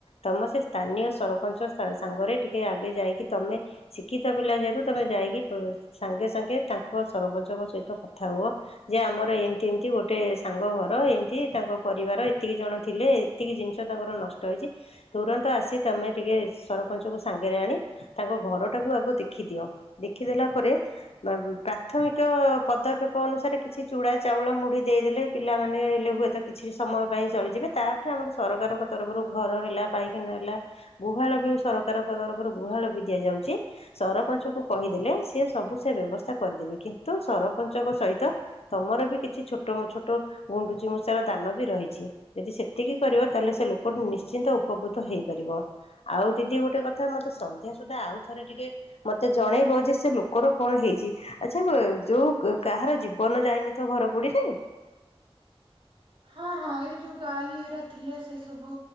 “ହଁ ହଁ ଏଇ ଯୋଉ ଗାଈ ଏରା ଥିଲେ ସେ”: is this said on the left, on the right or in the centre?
Right